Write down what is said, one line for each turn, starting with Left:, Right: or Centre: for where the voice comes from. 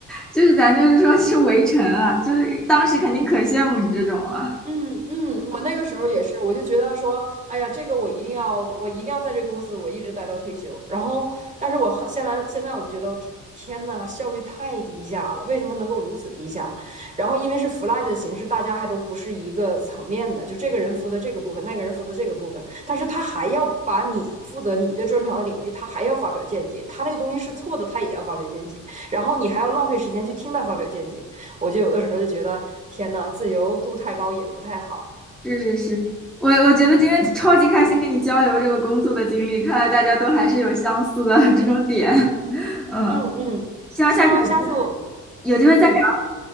Centre: 就是咱就是说是围城啊，就是当时肯定可羡慕你这种了。
Right: 嗯嗯，我那个时候也是，我就觉得说，哎呀，这个我一定要，我一定要在这个公司我一直待到退休。然后，但是我还现在现在我就觉得，天呐，效率太低下了，为什么能够如此低下？然后因为是 flat 的形式，大家还都不是一个层面的，就这个人负责这个部分，那个人负责这个部分，但是他还要把你负责你的专长的领域，他还要发表见解，他那个东西是错的，他也要发表见解，然后你还要浪费时间去听他发表见解。我就有的时候就觉得，天呐，自由度太高也不太好。
Centre: 是是是，我我觉得今天超级开心跟你交流这个工作的经历，看来大家都还是有相似的 <laughs> 这种点。<laughs> 嗯，
Right: 嗯嗯，
Centre: 希望下次有机
Right: 希望下次我，
Centre: 有机会再聊。
Right: 嗯，